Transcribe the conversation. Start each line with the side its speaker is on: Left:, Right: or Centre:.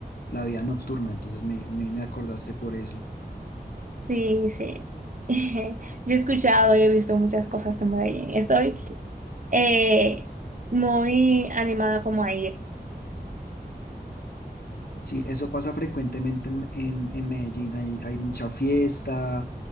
Left: la vida nocturna. Entonces, me, me, me acordaste por eso.
Right: Sí, sí. <laughs> Yo he escuchado y he visto muchas cosas de Medellín. Estoy eh, muy animada como a ir.
Left: Sí, eso pasa frecuentemente en, en, en Medellín. Hay, hay mucha fiesta,